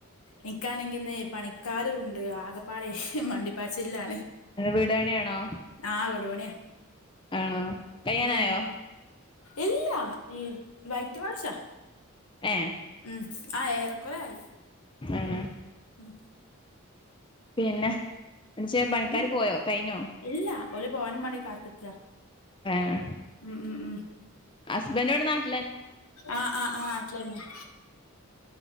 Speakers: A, on the left (about 85°); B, on the left (about 20°).
A: എനിക്കാണെങ്കി ഇന്ന് പണിക്കാരും ഉണ്ട് ആകപ്പാടെ മണ്ടി പാച്ചിൽലാണ്
B: വീടാണിയാണോ
A: ആ വിടുപണിയാ
B: ആണോ കഴിയാനായോ
A: ഉം ഇല്ല ഈ വൈറ്റ് വാഷ
B: ഏഹ്‌
A: ഉം ആ ഏറെക്കുറെ ആയി
B: ആണ്
A: ഉം
B: പിന്നെ എന്നിട്ട്
A: പിന്നെ
B: പണിക്കാര് പോയോ കഴിഞ്ഞോ
A: ഇല്ല ഓല് പോവാനും വേണ്ടി കാത്ത്ക്ക
B: ഏഹ്
A: ഉം ഉം ഉം
B: ഹസ്ബൻഡ് ഇവിടെ നാട്ട
A: ആഹ ആഹ് ആഹ് നാട്ടിലെന്നയാ